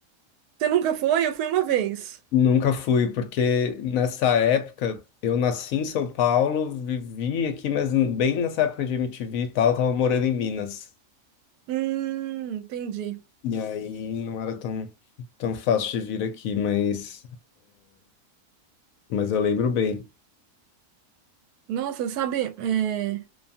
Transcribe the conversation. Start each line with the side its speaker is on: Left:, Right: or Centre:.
Right: Você nunca foi? Eu fui uma vez.
Left: Nunca fui, porque nessa época eu nasci em São Paulo, vivi aqui, mas bem nessa época de MTV e tal, eu tava morando em Minas.
Right: Hum, entendi.
Left: E aí não era tão, tão fácil de vir aqui, mas, mas eu lembro bem.
Right: Nossa, sabe, é,